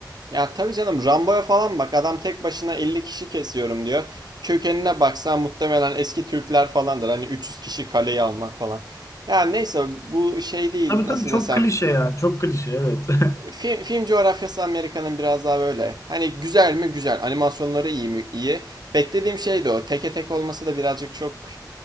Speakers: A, on the right (about 70°); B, on the left (about 45°).
A: Ya tabii canım Rambo'ya falan bak. Adam tek başına 50 kişi kesiyorum diyor. Kökenine baksan muhtemelen eski Türkler falandır. Hani 300 kişi kaleyi almak falan. Ya neyse bu şey değil
B: Tabii
A: nasıl
B: tabii çok
A: desem
B: klişe ya çok klişe evet. <laughs>
A: Film, film coğrafyası Amerika'nın biraz daha böyle. Hani güzel mi? Güzel. Animasyonları iyi mi? İyi. Beklediğim şey de o. Teke tek olması da birazcık çok